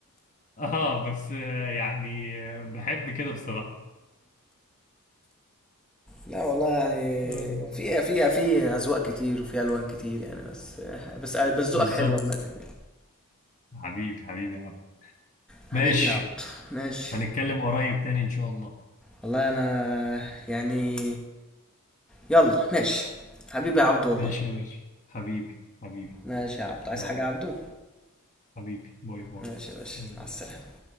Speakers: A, on the left; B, in the centre.
A: اه بس آه يعني آه بحب كده بصراحة
B: لا والله يعني
A: آه.
B: في في في اذواق كتير وفي الوان كتير يعني بس بس بس ذوقك
A: بالظبط
B: حلو عامه يعني
A: حبيبي حبيبي يا عبد
B: حبيبي
A: ماشي
B: يا عبد ماشي
A: هنتكلم قريب تاني ان شاء الله
B: والله انا يعني يلا ماشي حبيبي يا عبد والله
A: ماشي يا باشا حبيبي حبيبي
B: ماشي يا عبد عايز
A: يلا
B: حاجه يا عبدو
A: حبيبي باي باي
B: ماشي يا باشا
A: باي باي
B: مع السلامه